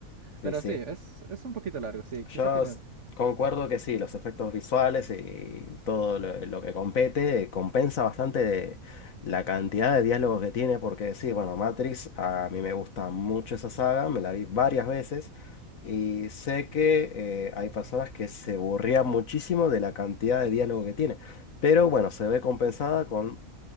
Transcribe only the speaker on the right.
pero
sí, es, es un poquito largo, sí,
quizá tiene